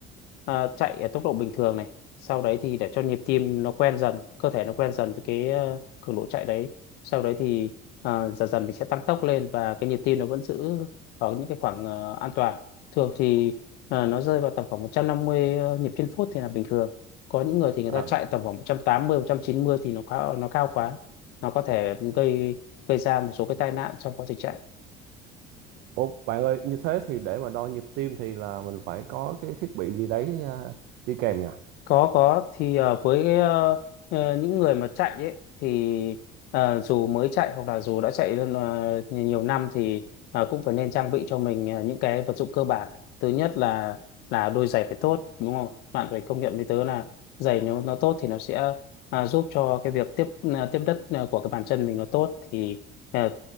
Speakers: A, on the left; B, on the right.
A: à, chạy ở tốc độ bình thường này sau đấy thì để cho nhịp tim nó quen dần cơ thể nó quen dần với cái ờ, cường độ chạy đấy sau đấy thì ờ, dần dần mình sẽ tăng tốc lên và cái nhịp tim nó vẫn giữ ở những cái khoảng ờ, an toàn thường thì ờ, nó rơi vào tầm khoảng 150 nhịp trên phút thì là bình thường có những người thì người
B: À,
A: ta chạy tầm khoảng 180 190 thì nó cao nó cao quá nó có thể gây gây ra một số cái tai nạn trong quá trình chạy
B: ồ, bạn ơi, như thế thì để mà đo nhịp tim thì là mình phải có cái thiết bị gì đấy ờ, đi kèm nhỉ?
A: có có thì ờ, với cái, ờ, ờ, những người mà chạy ấy thì ờ, dù mới chạy hoặc là dù đã chạy ờ, nhiều nhiều năm thì ờ, cũng phải nên trang bị cho mình ờ, những cái vật dụng cơ bản thứ nhất là là đôi giày phải tốt đúng không bạn phải công nhận với tớ là giày nếu nó tốt thì nó sẽ ờ, giúp cho cái việc tiếp ờ, tiếp đất ờ, của cái bàn chân mình nó tốt thì ờ,